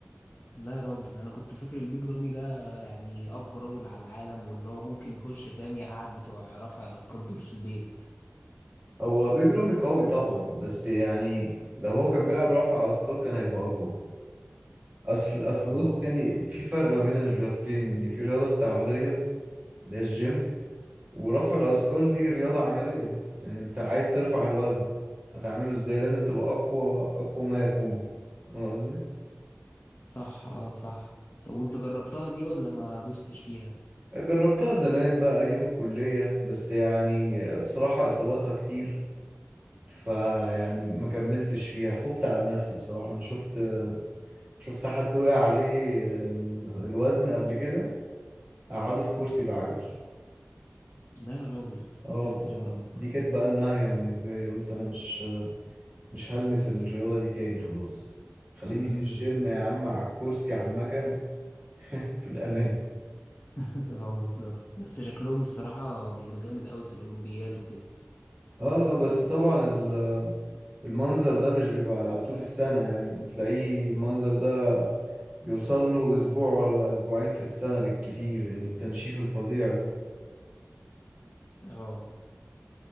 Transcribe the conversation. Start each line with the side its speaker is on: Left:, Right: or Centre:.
Left: لا يا راجل انا كنت فاكر البيج رامي ده يعني اقوى راجل على العالم واللي هو ممكن يخش فاهم يقعد بتوع رفع اثقال دول في البيت
Right: هو بيج رامي قوي طبعا بس يعني لو هو كان بيلعب رفع أثقال كان هيبقى أقوى أصل أصل
Left: اه
Right: بص يعني في فرق ما بين الرياضتين يعني في رياضة استعراضية اللي هي الجيم ورفع الأثقال دي رياضة عملية يعني أنت عايز ترفع الوزن هتعمله إزاي؟ لازم تبقى أقوى أقوى ما يكون فاهم قصدي؟
Left: صح اه صح طب وانت جربتها دي ولا ما دوستش فيها
Right: جربتها زمان بقى أيام الكلية بس يعني بصراحة إصاباتها كتير فيعني ما كملتش فيها خفت على نفسي بصراحة أنا شفت شفت حد وقع عليه ال- الوزن قبل كده قعده في كرسي بعجل
Left: لا يا راجل
Right: اه
Left: يا ساتر يا رب
Right: دي كانت بقى النهاية بالنسبة لي قلت أنا مش مش هلمس الرياضة دي تاني خلاص خليني
Left: امم
Right: في الجيم يا عم على الكرسي على المكن في الأمان
Left: <laughs> اه بالظبط بس شكلهم الصراحة بيبقى جامد قوي في الأولمبيات وكده
Right: اه بس طبعا ال- المنظر ده مش بيبقى طول السنة يعني تلاقيه المنظر ده بيوصل له أسبوع ولا أسبوعين في السنة بالكتير يعني التنشيف الفظيع ده
Left: اه